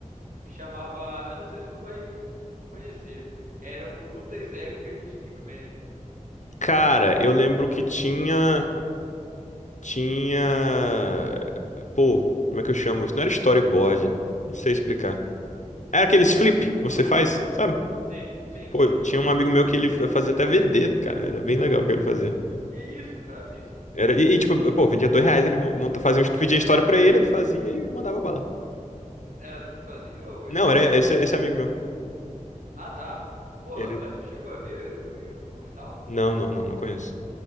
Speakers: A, on the right; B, on the left.
A: que chamava. Eu não sei se tu vai conhecer. Eram lutas épicas de Stickman.
B: Cara, eu lembro que tinha. Tinha. Pô, como é que eu chamo isso? Não era storyboard. Não sei explicar. Era aqueles flip que você faz, sabe?
A: Sim, sim,
B: Pô,
A: sim.
B: eu- tinha um amigo meu que ele fazia até vender, cara. Era bem legal o que ele fazia.
A: Que isso, brabíssimo.
B: Era... E, e, tipo, pô, vendia dois reais, ele mon- monta... fazia... um- est- pedia história pra ele, ele fazia e mandava bala.
A: Era tu que fazia ou ele?
B: Não, era esse, esse amigo meu.
A: Ah, tá. Pô,
B: Ele.
A: mas tu chegou a ver no YouTube e tal?
B: Não, não, não, não conheço.